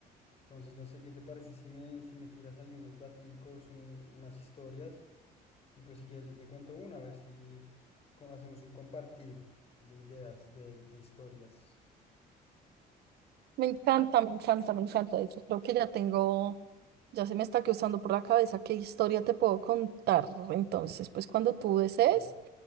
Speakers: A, on the left (about 35°); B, on the right (about 70°).
A: Entonces, no sé qué te parece si me, si me tiras ahí unos daticos, un- unas historias. Y pues si quieres yo te cuento una, a ver si co- hacemos un compartir de ideas, de, de historias.
B: Me encanta, me encanta, me encanta. De hecho, creo que ya tengo, ya se me está cruzando por la cabeza qué historia te puedo contar. Entonces, pues cuando tú desees,
A: Bueno,